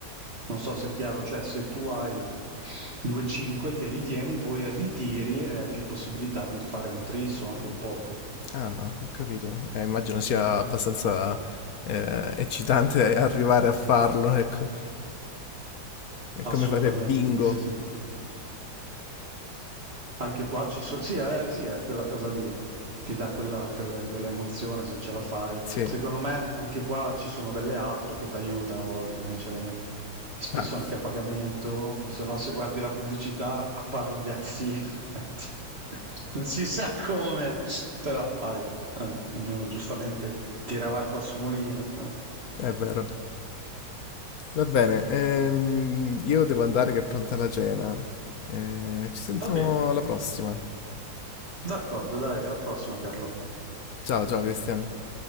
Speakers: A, on the right; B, on the left.
A: non so se è chiaro, cioè se tu hai 2-5 te li tieni, poi ritiri e hai più possibilità di fare un tris o anche un poker.
B: Ah, ho capito. Eh, immagino sia abbastanza eh, eccitante arrivare a farlo, ecco. È
A: Assolutamente,
B: come fare bingo.
A: sì, sì. Anche qua ci sono, sì, eh, sì, è quella cosa lì, ti dà quella, quelle- quella emozione se ce la fai.
B: Sì.
A: Secondo me anche qua ci sono delle app che ti aiutano a volte, sinceramente. Spesso
B: Ah,
A: anche a pagamento, o se no se guardi la pubblicità appare un diazzino. <laughs> Non si sa come, però dai, eh, ognuno giustamente tira l'acqua al suo mulino. eh.
B: è vero. Va bene. ehm, io devo andare che è pronta la cena. Eh, ci sentiamo
A: Va bene.
B: alla prossima.
A: D'accordo, dai, alla prossima, Carlo.
B: Ciao, ciao Cristian.